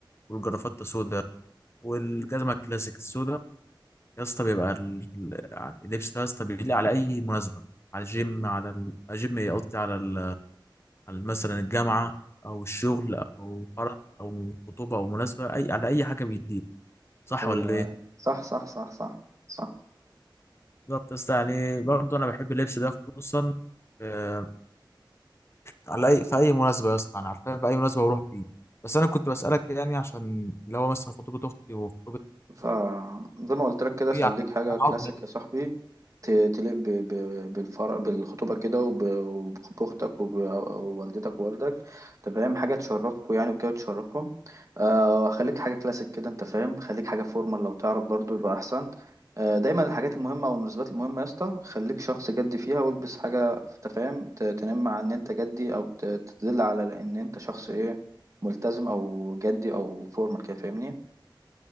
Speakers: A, on the left; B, on the right.
A: والجرافته سودا والجزمه الكلاسيك السودا يا اسطى بيبقى ال... ال- يعني اللبس ده يا اسطى بيليق على اي مناسبه على الجيم على ال... الجيم ايه قصدي على ال... على مثلا الجامعه او
B: <clears throat>
A: الشغل او فرح او خطوبه او مناسبه اي على اي حاجه بيليق صح
B: ايوه
A: ولا ايه
B: أيوة. صح صح صح صح صح
A: بالظبط يا اسطى يعني برضه انا بحب اللبس ده خصوصا آه، على اي في اي مناسبه يا اسطى انا عارفين في اي مناسبه بروح فيه بس انا كنت بسالك يعني عشان اللي هو مثلا خطوبه اختي وخطوبه
B: فزي ما قلت لك كده
A: اخوي
B: خليك
A: عشان
B: حاجة
A: انا
B: كلاسيك
A: عاوز
B: يا صاحبي ت- تليق ب- ب- بالفرح بالخطوبة كده وب- وبأختك وب- ووالدتك ووالدك أنت فاهم حاجة تشرفكوا يعني وكده تشرفهم آه وخليك حاجة كلاسيك كده أنت فاهم خليك حاجة فورمال لو تعرف برضو يبقى أحسن آه دايما الحاجات المهمة أو المناسبات المهمة يا اسطى خليك شخص جدي فيها والبس حاجة أنت فاهم ت- تنم عن إن أنت جدي أو ت- تدل على إن أنت شخص إيه ملتزم أو جدي أو فورمال كده فاهمني